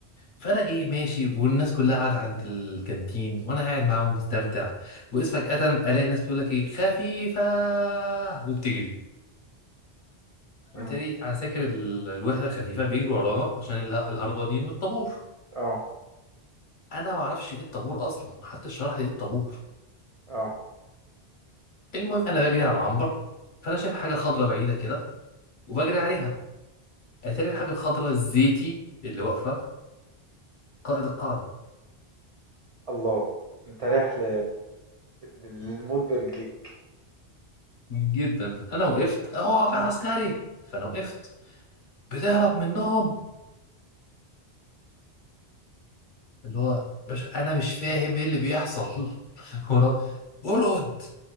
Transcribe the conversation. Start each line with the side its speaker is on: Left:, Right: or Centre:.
Left: فانا ايه ماشي والناس كلها قاعده عند الكانتين وانا قاعد معاهم مستمتع واذ فجاه الاقي ناس بتقول لك ايه خفيفه وبتجري بالتالي
Right: مم.
Left: عساكر ال- الوحده الخفيفه بيجروا ورانا عشان اله- الهربانين من الطابور
Right: اه
Left: انا ما اعرفش ايه الطابور اصلا محدش شرح لي ايه الطابور
Right: اه
Left: المهم انا بجري على العنبر فانا شايف حاجه خضراء بعيده كده وبجري عليها اتاري الحاجه الخضراء الزيتي اللي واقفه قائد القاعده
Right: الله انت رايح ل... للموت برجليك
Left: جدا انا وقفت اقف يا عسكري فانا وقفت بتهرب منهم اللي هو باش انا مش فاهم ايه اللي بيحصل <laughs> ورا ارقد